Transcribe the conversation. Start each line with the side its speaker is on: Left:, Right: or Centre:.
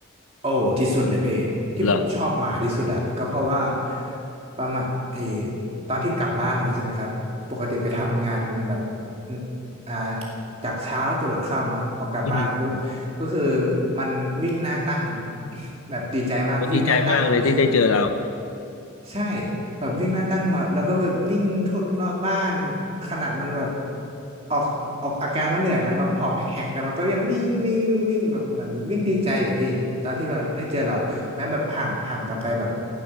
Right: โอ้ที่สุดเลยพี่ที่ผมชอบหมาที่สุดอะก็เพราะว่า
Left: เหรอ
Right: ประมาณเออตอนที่กลับบ้านมาใช่ไหมครับปกติไปทำงานแบบอ่าจากเช้าจนหลดค่ำเนาะพอกลับบ้านมาปุ๊บก็คือ
Left: อืม
Right: มันวิ่งหน้าตั้ง <laughs> แบบดีใจมากวิ่งหน้าตั้งแบบ
Left: ผมดีใจมากเลยที่ได้เจอเรา
Right: ใช่แบบวิ่งหน้าตั้งมาแล้วก็แบบวิ่งทั่วรอบบ้านขนาดมันแบบออกออกอาการว่าเหนื่อยนะแบบหอบแหกๆแต่มันก็ยังวิ่งวิ่งวิ่งแบบเหมือนวิ่งดีใจอะพี่ตอนที่แบบได้เจอเราแม้แบบห่างห่างกันไปแบบ